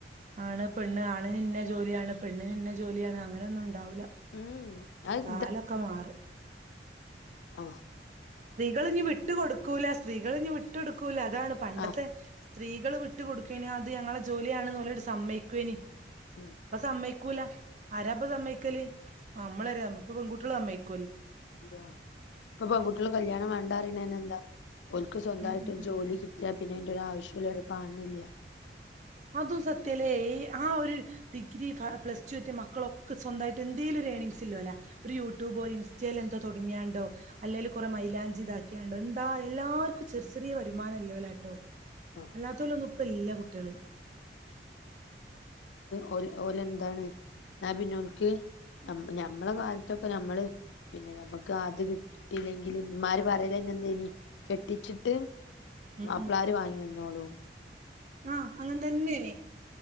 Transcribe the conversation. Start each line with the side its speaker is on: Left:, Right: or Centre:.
Right: ആണ് പെണ്ണ് ആണിന്ന ജോലിയാണ് പെണ്ണിന് ഇന്ന ജോലിയാണ് അങ്ങ നൊന്നും ണ്ടാവൂല
Left: ഉം അത്
Right: കാലൊക്കെ മാറി
Left: ആഹ
Right: സ്ത്രീകൾ ഞ്ഞ് വിട്ട് കൊടുക്കൂല സ്ത്രീകളി ഞ്ഞ് വിട്ടു കൊടുക്കൂല അതാണ് പണ്ടത്തെ
Left: ആ
Right: സ്ത്രീകള് വിട്ടുക കൊടുക്കേന് അത് ഞങ്ങളെ ജോലിയാണെന്ന് ഓല് സമ്മയ്ക്കുവേനി
Left: ഉം
Right: ഇപ്പ സമ്മക്കൂല ആരാപ്പ സമ്മക്കല് നമ്മളരാ ഇപ്പൊ പെൺകുട്ടികള് സമ്മയ്ക്കു
Left: ഇല്ല ഇപ്പൊ പെൺകുട്ടികൾ കല്യാണം വേണ്ടറീണെന്നെ എന്താ ഓൽക്ക് സ്വന്തയിട്ട്
Right: ഉം ഉം
Left: ഒരു ജോലി കിട്ടിയാ പിന്നെ എന്റെ ഒരു ആവശ്യം ഓലൊവ്ടെ കാണില്ല
Right: അതും സത്യല്ലേ ആ ഒരു ഡിഗ്രി പ്ലസ്ടു എത്തി മക്കളൊക്കെ സ്വന്തായിട്ട് എന്തെങ്കലും ഒരു ഏണിങ്സ് ഇള്ളോല ഒരു യൂട്യൂബോ ഇൻസ്റ്റയിലെന്തോ തുടങ്ങിയാണ്ടോ അല്ലേങ്കല് കുറെ മൈലാഞ്ചി ഇതാക്കിയാണ്ടോ എന്താ എല്ലാവർക്കും ചെറി ചെറേ വരുമാനം ഇല്ലോലാട്ടോ
Left: ആ
Right: അല്ലാത്തോലൊന്നും ഇപ്പ ഇല്ല കുട്ടികള്
Left: ഓ ഓല എന്താണ് നാ പിന്നോ ഓൽക്ക് ഞമ്മളെ കാലത്തൊക്കെ ഞമ്മള് പിന്നെ നമ്മുക്ക് അത് കിട്ടില്ലെങ്കിൽ ഇ മ്മാര് പറയല എന്തേനി കെട്ടിച്ചിട്ട്
Right: ഉം
Left: മാപ്പിളാര് വാങ്ങി തന്നോളൂ
Right: ആ അങ്ങന തന്നെനി